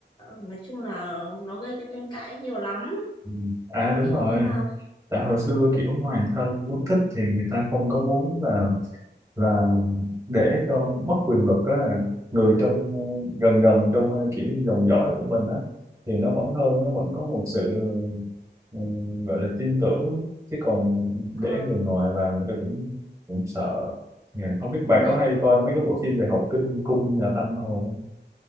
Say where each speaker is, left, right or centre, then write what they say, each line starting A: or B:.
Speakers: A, on the left; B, on the right.
A: nói chung là nó gây cái tranh cãi nhiều lắm.
B: ừm. à đúng
A: Kiểu
B: rồi
A: như là
B: tại hồi xưa kiểu hoàng thân quốc thích thì người ta không có muốn là là để cho mất quyền lực á người trong gần gần trong ờ, kiểu dòng dõi của mình á thì nó vẫn hơn nó vẫn có một sự ừ, gọi là tin tưởng chứ còn
A: ờ,
B: để người ngoài vào người ta cũng cũng sợ Dạ, không biết bà
A: nên
B: có hay coi mấy cái bộ phim về Hậu Kinh Cung nhà Thanh hồi không